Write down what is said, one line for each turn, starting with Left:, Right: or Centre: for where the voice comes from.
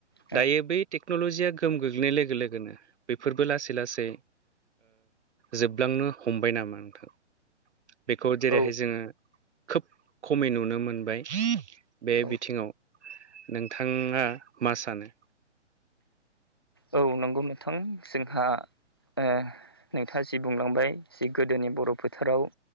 Left: औ
Right: दायो बै टेक्न'ल'जिया गोहोम गोग्लैनाय लोगो लोगोनो फोर्बो लासै लासै जोबलांनो हमबाय नामा नोंथां? बेखौ जेरैहाय
Left: औ
Right: जोङो खोब खमै नुनो मोनबाय। बे
Left: औ
Right: बिथिङाव नोंथाङा मा सानो?
Left: औ नंगौ नोंथां जोंहा ओ नोंथाङा जि बुंलांबाय जि गोदोनि बर' फोथाराव